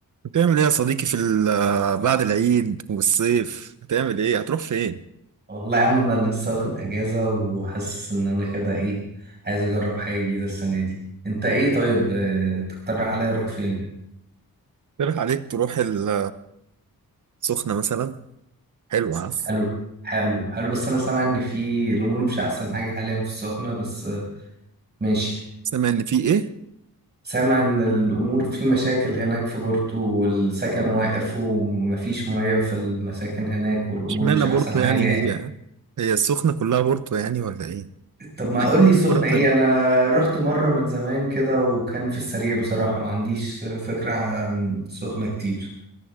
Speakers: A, on the right (about 55°); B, on the right (about 30°).
A: هتعمل ايه يا صديقي في ال- آه، بعد العيد والصيف هتعمل ايه هتروح فين
B: والله يا عم انا لسه واخد اجازه وحاسس ان انا كده ايه عايز اجرب حاجه جديده السنه دي انت ايه طيب آه، تقترح عليا اروح فين
A: تروح عليك تروح ال- السخنة مثلا حلوة ها؟
B: حلو حلو حلو بس انا سامع ان في الامور مش احسن حاجه حاليا في السخنه بس آه، ماشي
A: سامع ان في ايه
B: سامع ان الامور في مشاكل هناك في بورتو والسكن واقف ومفيش ميه في المساكن هناك والامور
A: اشمعنى
B: مش احسن
A: بورتو
B: حاجه
A: يعني هي
B: يعني.
A: هي السخنة كلها بورتو يعني ولا ايه
B: طب ما قول لي السخنة
A: في كرة تانية
B: ايه انا رحت مرة من زمان كده وكان في السريع بصراحة ما عنديش فكرة عن سخنة كتير